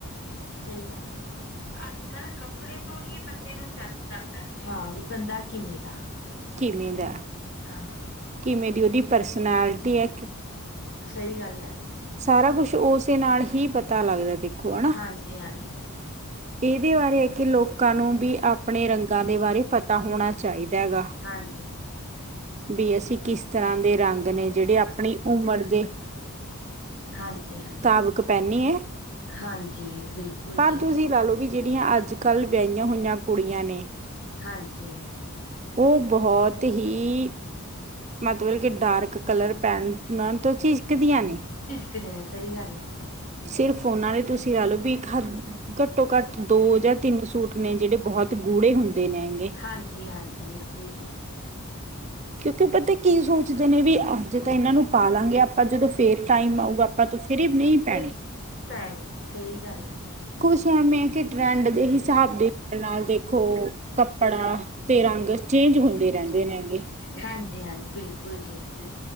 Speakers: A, on the left (about 50°); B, on the right (about 30°).
A: ਸਹੀ ਗੱਲ ਅੱਜ ਕਲ ਕੱਪੜੇ ਤੋਂ ਹੀ ਬੰਦੇ ਨੂੰ ਜੱਜ ਕਰਦਾ ਬੰਦਾ ਕਿਵੇਂ ਦਾ।
B: ਕਿਵੇਂ ਦਾ।
A: ਹਾਂ
B: ਕਿ ਮੇਰੀ ਉਹਦੀ ਪਰਸਨੈਲਿਟੀ ਹੈ।
A: ਸਹੀ ਗੱਲ ਆ
B: ਸਾਰਾ ਕੁਛ ਉਸੇ ਨਾਲ ਹੀ ਪਤਾ ਲੱਗਦਾ ਦੇਖੋ ਹਨਾ
A: ਹਾਂਜੀ ਹਾਂਜੀ
B: ਇਹਦੇ ਬਾਰੇ ਹੈ ਕਿ ਲੋਕਾਂ ਨੂੰ ਵੀ ਆਪਣੇ ਰੰਗਾਂ ਦੇ ਬਾਰੇ ਪਤਾ ਹੋਣਾ ਚਾਹੀਦਾ ਹੈਗਾ
A: ਹਾਂਜੀ
B: ਵੀ ਅਸੀਂ ਕਿਸ ਤਰ੍ਹਾਂ ਦੇ ਰੰਗ ਨੇ ਜਿਹੜੇ ਆਪਣੀ ਉਮਰ ਦੇ
A: ਹਾਂਜੀ ਹਾਂਜੀ
B: ਧਵਕ ਪਹਿਨੀ ਹੈ
A: ਹਾਂਜੀ ਬਿਲਕੁਲ
B: ਪਰ
A: ਜੀ
B: ਤੁਸੀਂ ਲਾ ਲਓ ਵੀ ਜਿਹੜੀਆਂ ਅੱਜ ਕੱਲ੍ਹ ਵਿਆਹੀਆਂ ਹੋਈਆਂ ਕੁੜੀਆਂ ਨੇ
A: ਹਾਂਜੀ
B: ਉਹ ਬਹੁਤ ਹੀ ਮਤਲਬ ਕਿ ਡਾਰਕ ਕਲਰ ਪੈਟ ਤੋਂ ਝੀਕਦੀਆਂ ਨੇ
A: ਕਿ ਦੇ ਨੇ ਸਹੀ ਗੱਲ ਹੈ ਜੀ
B: ਸਿਰਫ ਉਹਨਾਂ ਲਈ ਤੁਸੀਂ ਲਾ ਲਓ ਵੀ ਇੱਕ ਹੱ ਘੱਟੋ ਘੱਟ ਦੋ ਜਾਂ ਤਿੰਨ ਸੂਟ ਨੇ ਜਿਹੜੇ ਬਹੁਤ ਗੂੜੇ ਹੁੰਦੇ ਨੇਗੇ
A: ਹਾਂਜੀ ਹਾਂਜੀ ਬਿਲਕੁਲ ਜੀ
B: ਕਿਉਂਕਿ ਬੰਦੇ ਕੀ ਸੋਚਦੇ ਨੇ ਵੀ ਅੱਜ ਤਾਂ ਇਹਨਾਂ ਨੂੰ ਪਾਾਲਾਂਗੇ ਆਪਾਂ ਜਦੋਂ ਫੇਰ ਟਾਈਮ ਆਊਗਾ ਆਪਾਂ ਫਰੇ ਨਹੀਂ ਪੈਣੇ
A: ਫਿਰ ਭੈਣ ਸਹੀ ਗੱਲ ਹੈ ਜੀ
B: ਕੁਛ ਐਵੇਂ ਕਿ ਟਰੈਂਡ ਦੇ ਹਿਸਾਬ ਦੇ ਨਾਲ ਨਾਲ ਦੇਖੋ ਕੱਪੜਾ ਤੇ ਰੰਗ ਚੇਂਜ ਹੁੰਦੇ ਰਹਿੰਦੇ ਨੇਗੇ
A: ਹਾਂਜੀ ਹਾਂਜੀ ਬਿਲਕੁਲ ਜੀ